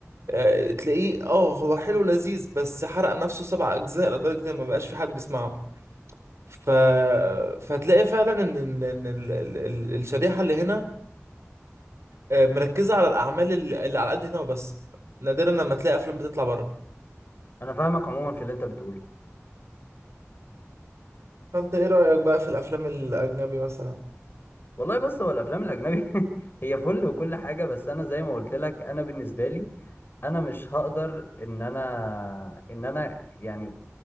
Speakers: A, on the right; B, on the left.
A: آه، تلاقيه اه هو حلو لذيذ بس حرق نفسه سبع اجزاء لدرجه ان ما بقاش في حد بيسمعه ف... فهتلاقي فعلا ان ان ان ال- ال- ال- الشريحه اللي هنا آه، مركزه على الاعمال اللي اللي على قد هنا وبس نادرا لما تلاقي افلام بتطلع بره
B: انا فاهمك عموما في اللي انت بتقوله
A: فانت ايه رايك بقى في الافلام الاجنبي مثلا
B: والله بص هو الافلام الاجنبي <laughs> هي فل وكل حاجه بس انا زي ما قلت لك انا بالنسبه لي انا مش هقدر ان انا ان انا يعني